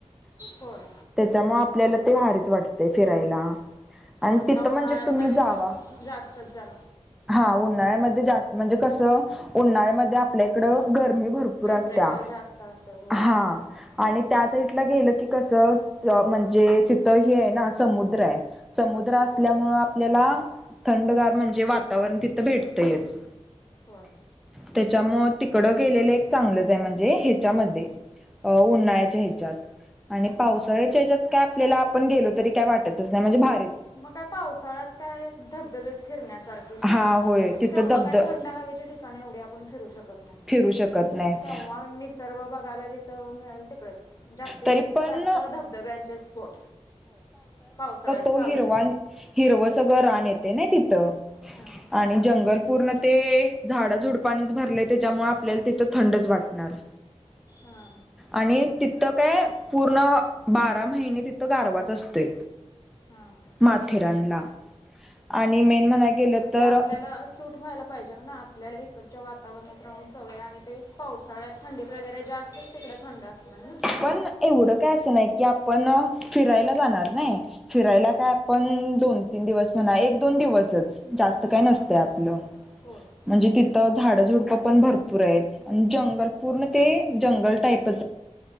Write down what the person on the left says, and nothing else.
होय
आता
उन्हाळ्यात
तरी
जास्तच जरा
टेम्परेचर
जास्त असतं होय
होय
होय
हां हां
मग काय पावसाळ्यात काय धबधबेस फिरण्यासारखे -
-
तेव्हा
काय थंड हवेच्या ठिकाणी एवढे आपण फिरू शकत -- नाही
तेव्हा निसर्ग बघायला जेथं मिळेल तिकडेचं जास्तीत
जास्त धबधब्यांचे स्पोट. पावसाळ्यात
चालू
हां
हा.
हां हां
पण
ते आपल्याला सूट व्हायला पाहिजे ना? आपल्याला इकडच्या वाता वरणात राहून सवय आणि ते पावसाळ्यात थंडीत वगैरे जास्तच तिकडं थंड असणार ना.
हां
होय